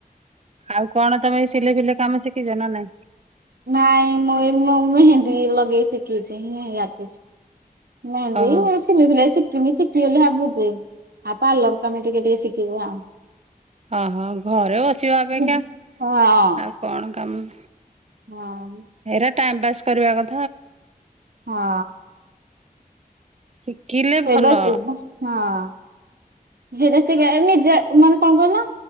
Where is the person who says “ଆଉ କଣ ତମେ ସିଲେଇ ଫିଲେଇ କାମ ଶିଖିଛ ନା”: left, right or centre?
Right